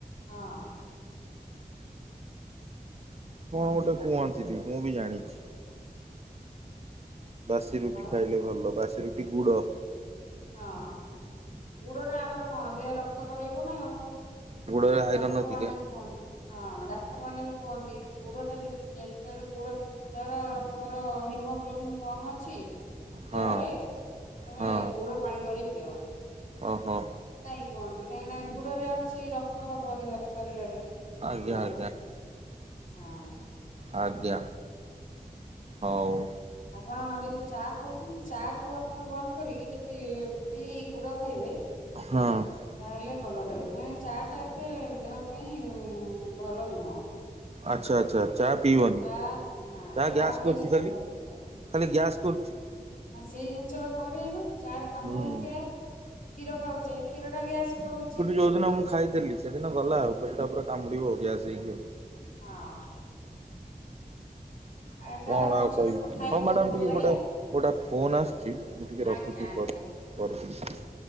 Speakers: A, on the left (about 55°); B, on the right (about 40°).
A: ହଁ।
B: କଣ ଗୋଟେ କୁହନ୍ତି ବି ମୁଁ ବି ଜାଣିଛି।
A: <inaudible>
B: ବାସି ରୁଟି
A: ଆଉ
B: ଖାଇଲେ ଭଲ ବାସି ରୁଟି ଗୁଡ଼।
A: ହଁ, ଗୁଡ଼ ଟା ଆମର କଣ ଦେହରେ ରକ୍ତ କରେଇବ ନା ଆଉ।
B: ଗୁଡରେ ଆଇରନ୍
A: ଡାକ୍ତର
B: ଅଧିକା
A: ମାନେ କୁହନ୍ତି ହଁ ଡାକ୍ତର ମାନେ ବି କୁହନ୍ତି ଗୁଡ଼ଟା ଯେ ଯେତଳେ ଗୁଡ଼ ତୋର ତମର ହିମୋଗ୍ଲୋବନ୍ କମ ଅଛି ଦେହରେ
B: ହଁ
A: ତମେ
B: ହଁ
A: ଉୁଡ଼ ପାଣି କରି ପିଅ।
B: ଓହୋ
A: କାହିଁ କୁହନ୍ତି କାହିଁକିନା ଗୁଡ଼ାରେ ଅଛି ରକ୍ତ ହବ ଦେହରେ ଶରୀରରେ। ଆମର
B: ଆଜ୍ଞା ଆଜ୍ଞା
A: ହଁ।
B: ଆଜ୍ଞା, ହଉ।
A: ଆପଣ ଯଦି ଚା ଖାଉଛନ୍ତି ଚା କୁ ଆପଣ ବନ୍ଦ କରିକି ଯଦି କି ଗୁଡ଼ ଖାଇବେ
B: ହଁ।
A: ତାହେଲେ ଭଲ ରହିବ କାହିଁକିନା ଚା ଟା ଏତେ ଦେହ ପାଇଁ ଭଲ ନୁହଁ।
B: ଆଚ୍ଛା ଆଚ୍ଛା ଚା ପିଇବନି
A: ଚା ନା
B: ଚା
A: ଚାହା
B: ଗ୍ୟାସ୍
A: ଅଭ୍ୟାସ
B: କରୁଛି
A: ଟା
B: ଖାଲି
A: ବହୁତ ଖରାପ।
B: ଖାଲି ଗ୍ୟାସ୍ କରୁଛି।
A: ହଁ ସେଇ ଜିନିଷ ବା କରେଇବ। ଚା ର କାମ
B: ହୁଁ
A: ହଉଛି କି କ୍ଷୀର ଖାଉଛେ କ୍ଷୀର ଟା ଗ୍ୟାସ୍ କରୋଉଛି।
B: ଯୋଉଡ଼ିନ ମୁଁ ଖାଇ ଖାଇଦେଲି ସେଦିନ ଗଲା ଆଉ ପେଟା ପୁରା କାମୁଡ଼ିବ ଗ୍ୟାସ୍ ହେଇକି ଆଉ।
A: ହଁ। ହଉ ସାର୍
B: କଣ
A: ଆପଣଙ୍କ
B: ଆଉ
A: ସହିତ
B: କହିବି
A: କଥା ହେଇ
B: ହଉ
A: ବହୁତ
B: ମ୍ୟାଡ଼ାମ
A: ଭଲ
B: ଟିକେ
A: ଲାଗିଲା
B: ଗୋଟେ ଗୋଟେ ଫୋନ୍ ଆସ ଅଛି ମୁଁ ଟିକେ
A: ଆଜ୍ଞା
B: ରଖୁଛି
A: ଆଜ୍ଞା
B: ପରେ ପରେ
A: ହଁ।
B: କରିବି।